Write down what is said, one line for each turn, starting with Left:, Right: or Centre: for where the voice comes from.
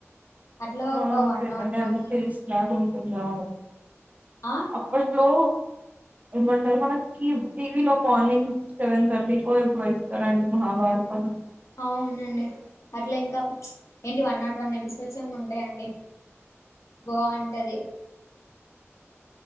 Left: అట్లా
Right: ఆ
Left: ఒక వన్
Right: సే
Left: నాట్
Right: అదే అండి
Left: వన్
Right: సేస్ లాగా ఉంటుందా
Left: ఆ
Right: అప్పట్లో ఏమంటారు మనకిటీ టీవీ లో మార్నింగ్ సెవెన్ థర్టీ లో ఎప్పుడు ఇస్తారండి మహాభారతం
Left: అవునండి అట్లా ఇంకా ఏంటి వన్ నాట్ వన్ నబసవచ్ంగా ఉంటాయండి బాగుంటది